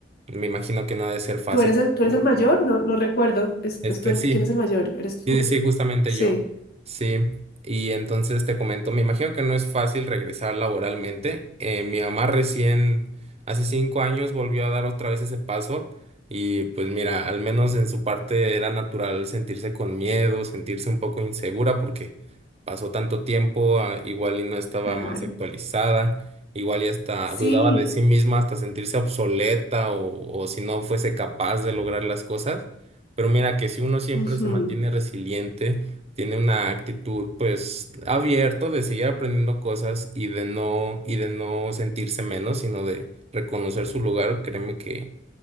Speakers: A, on the right; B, on the left.
A: Me imagino que no ha de ser fácil.
B: ¿Tú eres el, tú eres
A: ¿no?
B: el mayor? No, no recuerdo. ¿Es,
A: Este,
B: es tú el-
A: sí,
B: ¿quién es el mayor? ¿Eres tú?
A: Sí, sí, justamente
B: Sí,
A: yo. Sí. Y entonces te comento, me imagino que no es fácil regresar laboralmente. Eh, mi mamá recién, hace cinco años, volvió a dar otra vez ese paso. Y pues mira, al menos en su parte era natural sentirse con miedo, sentirse un poco insegura porque pasó tanto tiempo, ah, igual y no estaba
B: claro.
A: más actualizada, igual y hasta
B: Sí.
A: dudaba de sí misma, hasta sentirse obsoleta o o si no fuese capaz de lograr las cosas. Pero mira que si uno siempre
B: ujú,
A: se mantiene resiliente, tiene una actitud pues abierto de seguir aprendiendo cosas y de no y de no sentirse menos, sino de reconocer su lugar, créeme que